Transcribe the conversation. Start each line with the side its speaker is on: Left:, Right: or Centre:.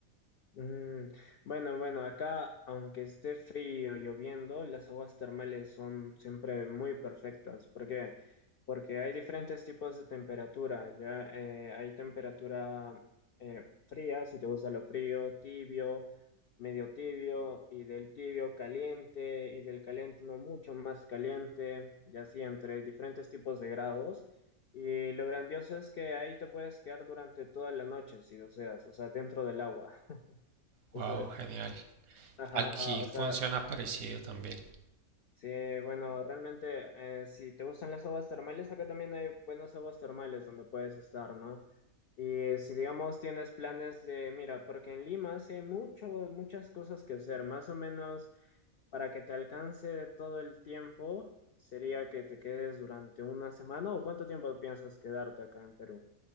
Left: Mm, bueno, bueno, acá, aunque esté frío, lloviendo, las aguas termales son siempre muy perfectas. ¿Por qué? Porque hay diferentes tipos de temperatura, ¿ya? Eh, hay temperatura eh, fría, si te gusta lo frío, tibio, medio tibio, y del tibio caliente, y del caliente no mucho más caliente, y así entre diferentes tipos de grados. Y lo grandioso es que ahí te puedes quedar durante toda la noche, si deseas, o sea, dentro del agua.
Right: Wow,
Left: Eso,
Right: genial.
Left: ajá,
Right: Aquí
Left: ajá, o sea,
Right: funciona parecido también.
Left: sí, bueno, realmente, eh, si te gustan las aguas termales, acá también hay buenas aguas termales donde puedes estar, ¿no? Y si, digamos, tienes planes de, mira, porque en Lima sí hay mucho, muchas cosas que hacer, más o menos para que te alcance todo el tiempo, sería que te quedes durante una semana, ¿o cuánto tiempo piensas quedarte acá en Perú?